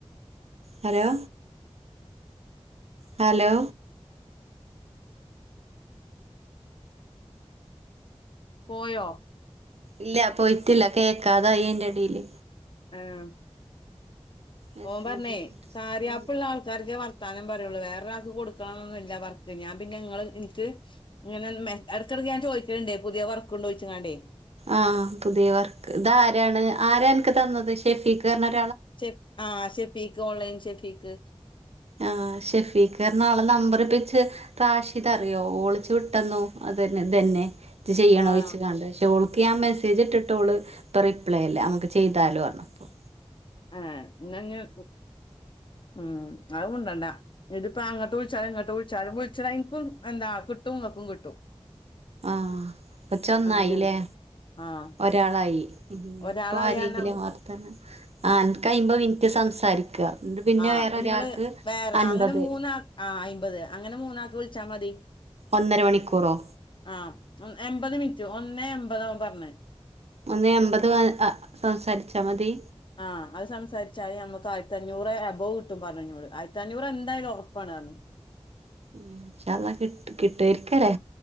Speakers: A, on the right (about 70°); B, on the left (about 50°).
A: ഹലോ ഹലോ
B: പോയോ
A: ഇല്ല പോയിട്ടില്ല കേക്കാതായി അയിന്റെടേല്
B: ആഹ്
A: മെസ്സേജ്
B: ഓൻ പറഞ്ഞേ
A: വന്നിട്ട്
B: കരിയാപ്പ്ള്ള
A: ആ
B: ആൾക്കാർക്ക് വർത്താനം പറയുള്ളൂ വേറെരാൾക്ക് കൊടുക്കണന്നൊന്നുഇല്ല വർക്ക് ഞാൻ പിന്നെ ഇങ്ങള് എനിക്ക് ഇങ്ങനെ മേ എടക്കെടക്ക് ഞാൻ ചോയിക്കിണുണ്ടേ പുതിയ വർക്ക് ഉണ്ടോ ചോയിച്ചിങ്ങാണ്ടേ
A: ആഹ് പുതിയവർക്ക് ഇതാരാണ് ആരാ എനിക്ക് തന്നത് ഇഷ് <unintelligible>
B: ചെഫ് ആ ശെഫ് പീക്ക് ഓൺലൈൻ ഷെഫീക്ക്
A: ആഹ് ഷെഫീഖർന്ന ഓള നമ്പറിപ്പിച്ച് റാഷിദ് അറിയോ ഓളിച്ചു വിട്ടെന്നോ അതന്നെ ഇതന്നെ ഇത് ചെയ്യണോയിച്ചിങ്ങാണ്ട്
B: ആഹ്
A: പക്ഷെ ഓൾ ക്കി ആ മെസ്സേജ് ഇട്ടിട്ടോള് ഇപ്പം റിപ്ലൈ ഇല്ല നമ്മുക്ക് ചെയ്താലോ പറഞപ്പം
B: ആഹ് എന്നാ ഇങ്ങൾ ഉം അതുമുണ്ടണ്ടാ ഇതിപ്പം അങ്ങട്ട് വിളിച്ചാലും ഇങ്ങട്ട് വിളിച്ചാലും വി <unintelligible> എന്താ കിട്ടും ഇങ്ങക്കും കിട്ടും
A: ആഹ് പച്ച ഒന്നായില്ലേ
B: അങ്ങനെയാണ് ആഹ്
A: ഒരാളായി ഇനി
B: ഒരാളായാരണം
A: ഇപ്പ ആരെങ്കിലും വർത്താന ആ അൻക്ക് അയ്മ്പത് മിനിറ്റ് സംസാരിക്ക എന്നിട്ട് പിന്നെ
B: ആഹ്
A: വേറെ
B: നിങ്ങള്
A: ഒരാൾക്ക്
B: വേറെ
A: അൻപത്
B: അങ്ങനെ മൂന്നാ ആഹ് അയിൻപത് അങ്ങനെ മൂന്നാക്കി വിളിച്ചാ മതി
A: ഒന്നര മണിക്കൂറോ
B: ആഹ് എമ്പത് മീൻ ഒന്നേ എമ്പതാ അവൻ പറഞ്ഞെ
A: ഒന്ന് എമ്പത് അ സംസാരിച്ചാ മതി
B: ആഹ് അത് സംസാരിച്ചാല് ഞമ്മക്ക് ആയിരത്തഞ്ഞൂറെ എബൗ കിട്ടും പറഞ്ഞെന്നോട് ആയിരത്തഞ്ഞൂറ് എന്തായാലും ഒറപ്പാണ് <unintelligible>
A: ഇൻഷ അള്ളാ കിട് കിട്ടുആരിക്കരേ